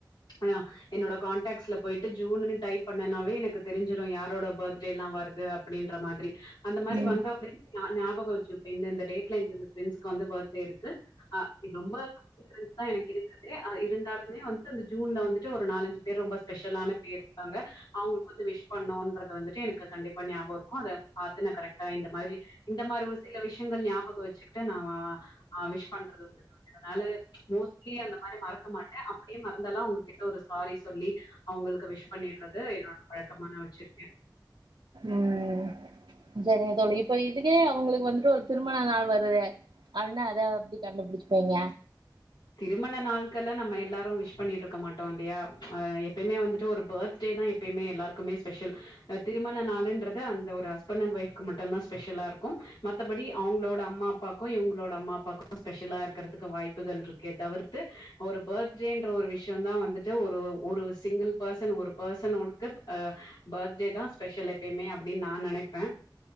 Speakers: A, on the left (about 70°); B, on the right (about 75°).
A: அ என்னோட கான்டக்ஸ்ல போய்ட்டு ஜூனுனு டைப் பண்ணனாவே எனக்கு தெரிஞ்சிரு யாரோட பர்த்டேலா வருது அப்டின்ற மாதிரி அந்த மாரி
B: ம்
A: வந்த உட்னே <inaudible> நா ஞாபகோ வச்சுப்பே இந்தந்த டேட்ல இந்தந்த ஃப்ரெண்ட்ஸ்க் வந்து பர்த்டே இருக்கு அ ரொம்ப <inaudible> ஃப்ரெண்ட்ஸ் தா எனக்கு இருக்கற்தே அ இருந்தாலுமே வந் து அந்த ஜூன்ல வந்துட்டு ஒரு நாலஞ்சு பேர் ரொம்ப ஸ்பெஷலான பேர்ருக்காங்க அவுங்களுக் வந்து விஷ் பண்ணுன்றது வந்துட்டு எனக்கு கண்டிப்பா ஞாபகோ இருக்கு அத பாத்து நா கரெக்ட்டா இந்த மாதிரி இந்த மாரி ஒரு சில விஷயங்கள் ஞாபகோ வச்சுக்கிட்டு நா வ அ விஷ் பண்றது வந்து அதுனால மோஸ்ட்லி அந்த மாரி மறக்க மாட்டே அப் அப்டியே மறந்தாலு அவுங்ககிட்ட ஒரு சாரி சொல்லி அவுங்களுக்கு விஷ் பண்ணிட்றது என்னோட வழக்கமா நா வச்சிருக்கேன்
B: ம் ஜெரிங்க தோழி இப்ப இதுவே அவுங்களுக்கு வந்துட்டு ஒரு திருமண நாள் வருதே அப்ட்னா அத எப்டி கண்டுபிடிச்சுப்பிங்க
A: திருமண நாட்கள்லா நம்ம எல்லாரும் விஷ் பண்ணிட்ருக்க மாட்டோல்லையா அ எப்பயுமே வந்துட்டு ஒரு பேர்த் டேதான் எப்பயுமே எல்லாருக்குமே ஸ்பெஷல் அ திருமண நாளுன்றது அந்த ஒரு ஹஸ்பனண்ட் ஒய்ஃபுக்கு மட்டுந்தா ஸ்பெஷலாருக்கும் மத்தபடி அவுங்களோட அம்மாப்பாக்கும் இவுங்களோட அம்மாப்பாக்கும் ஸ்பெஷலாருக்கறத்துக்கு வாய்ப் கள் இருக்கே தவிர்த்து ஒரு பர்த்டேன்ற ஒரு விஷயந்தான் வந்துட்டு ஒரு ஒரு சிங்கிள் பர்சன் ஒரு பர்சனோடுக்கு அ பர்த்டே தான் ஸ்பெஷல் எப்பயுமே அப்டின் நா நெனைப்பேன்